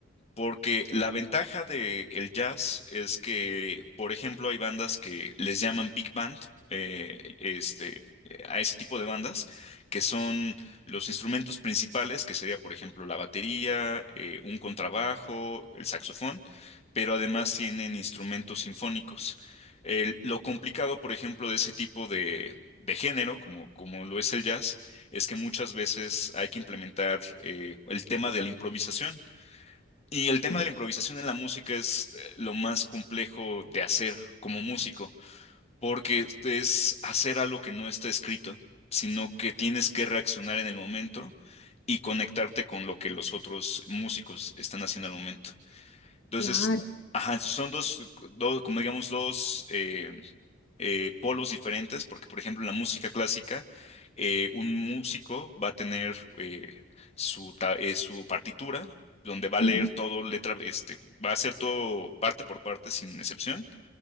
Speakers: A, on the left (about 35°); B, on the left (about 60°).
A: Porque la ventaja de el jazz es que, por ejemplo, hay bandas que les llaman big band, eh, este, eh, a ese tipo de bandas, que son los instrumentos principales, que sería, por ejemplo, la batería, eh, un contrabajo, el saxofón, pero además tienen instrumentos sinfónicos. El- lo complicado, por ejemplo, de ese tipo de, de género, como, como lo es el jazz, es que muchas veces hay que implementar eh, el tema de la improvisación. Y el tema
B: Mm.
A: de la improvisación en la música es eh, lo más complejo de hacer como músico, porque es hacer algo que no está escrito, sino que tienes que reaccionar en el momento y conectarte con lo que los otros músicos están haciendo al momento. Entonces,
B: Claro.
A: ajá, entonces son dos, dos, como digamos, dos eh, eh, polos diferentes, porque por ejemplo en la música clásica, eh, un músico va a tener eh, su, ta- eh, su partitura, donde va a leer
B: Ujú,
A: todo letra, este, va a hacer todo parte por parte sin excepción,